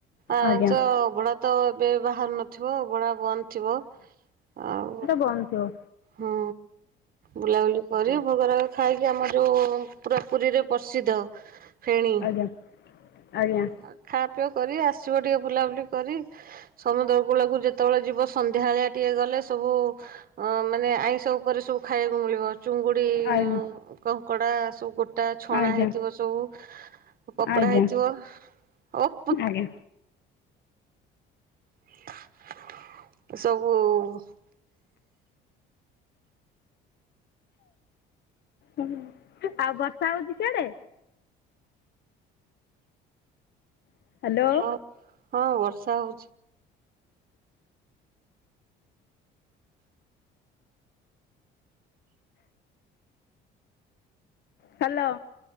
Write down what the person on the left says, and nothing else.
ଆଜ୍ଞା
କମଥିବ।
ଆଜ୍ଞା ଆଜ୍ଞା
ଆଜ୍ଞା
ଆଜ୍ଞା
ଆଜ୍ଞା
ଆଜ୍ଞା
ହୁଁ ଆଉ ବର୍ଷା ହୋଉଛି ସିଆଡେ? ହ୍ୟାଲୋ
ହ୍ୟାଲୋ।